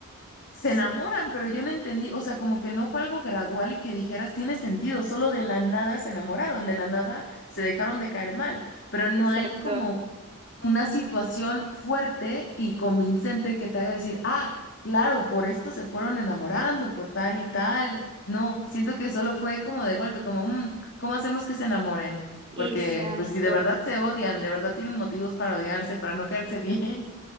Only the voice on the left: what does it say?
se
enamoran, pero yo no entendí, o sea, como que no fue algo gradual y que dijeras, tiene sentido, solo de la nada se enamoraron, de la nada se dejaron de caer mal, pero no
hay como una situación fuerte y convincente que te haga decir, ah, claro, por esto se fueron enamorando, por tal y tal. No, siento que solo fue como de golpe, como, "Mm, ¿cómo hacemos que se enamoren?
Porque, pues, si de verdad se odian, de verdad tienen motivos para odiarse, para no caerse <laughs> bien,